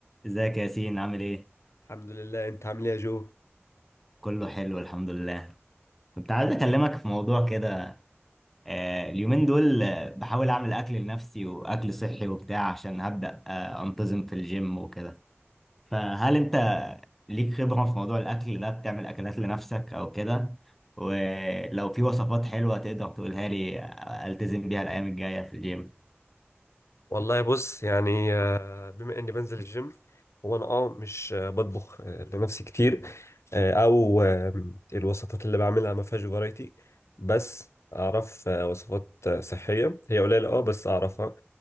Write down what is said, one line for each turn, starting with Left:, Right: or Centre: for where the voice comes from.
Centre: ازيك يا ياسين عامل ايه؟
Left: الحمد لله انت عامل ايه يا جو
Centre: كله حلو الحمد لله كنت عايز اكلمك في موضوع كده آه، اليومين دول آه، بحاول اعمل اكل لنفسي واكل صحي وبتاع عشان هبدأ آه، انتظم في الجيم وكده فهل انت ليك خبرة في موضوع الاكل ده بتعمل اكلات لنفسك او كده ولو في وصفات حلوة تقدر تقولها لي آه، التزم بيها الايام الجاية في الجيم
Left: والله بص يعني آه، بما اني بنزل الجيم هو انا اه مش آه، بطبخ آه، لنفسي كتير آه، او آه، الوصفات اللي بعملها ما فيهاش فرايتي بس اعرف آه، وصفات آه، صحية هي قليلة اه بس اعرفها